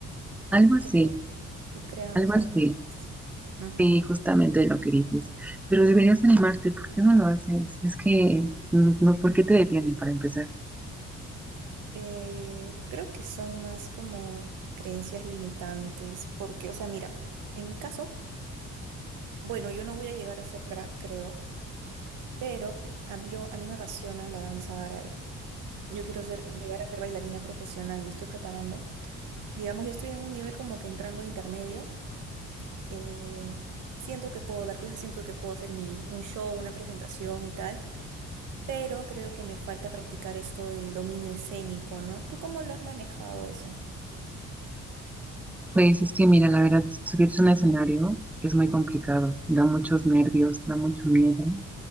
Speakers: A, in the centre; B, on the right.
A: Algo así,
B: que, que crean
A: algo
B: los
A: así.
B: artistas. Ujú.
A: Sí, justamente lo que dices. Pero deberías animarte, ¿por qué no lo haces? Es que, mm, no, ¿por qué te detienen para empezar?
B: Eh, creo que son más como creencias limitantes, porque, o sea, mira, en mi caso, bueno, yo no voy a llegar a ser drag, creo, pero a mí, yo, a mí me apasiona la danza árabe. Yo quiero ser, llegar a ser bailarina profesional, me estoy preparando. Digamos, yo estoy en un nivel como que entrando a intermedio eh, siento que puedo dar clases, siento que puedo hacer mi, un show, una presentación y tal, pero creo que me falta practicar esto del dominio escénico, ¿no? ¿Tú cómo lo has manejado eso?
A: Pues es que mira, la verdad, subirse a un escenario es muy complicado, da muchos nervios, da mucho miedo,